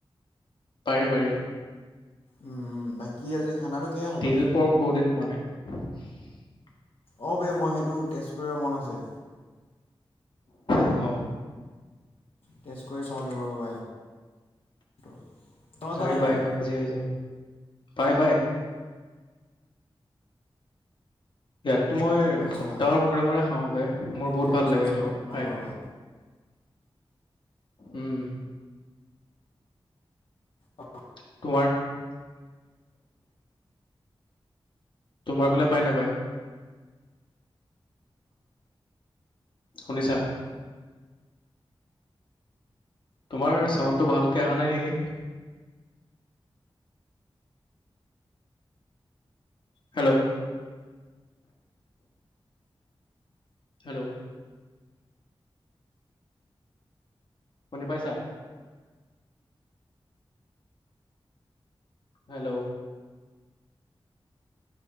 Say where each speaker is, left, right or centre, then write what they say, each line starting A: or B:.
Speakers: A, on the left (about 60°); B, on the left (about 80°).
A: পাৰি পাৰি।
B: উম উম বাকী আজি খানাটো কিহে খালা?
A: তিল পৰ্ক বহুত দিন খোৱা নাই। <unintelligible>
B: অ', বে মই সেইটো তেছ কৰিব মন আছে।
A: অহ'।
B: টেষ্ট <unintelligible> তোমালোকৰ তাত
A: আহিবা
B: পাই নাই?
A: আহিবা আজি আহি যাব। পাই পাই। তাত টো মই
B: আচ্ছা
A: সপ্তাহৰ মূৰে মূৰে খাওঁ বে মোৰ বহুত
B: টেষ্ট
A: ভাল লাগে
B: কৰি চাব
A: এইটো
B: লাগিব
A: খাই।
B: ৰ'বা।
A: উম।
B: অ'।
A: <unintelligible> তোমাৰ ফালে পাই নাপাই। শুনিছা। তোমাৰ চাউণ্ডটো ভালকে অহা নাই নেকি? Hello hello. শুনি পাইছা। হেল্ল'।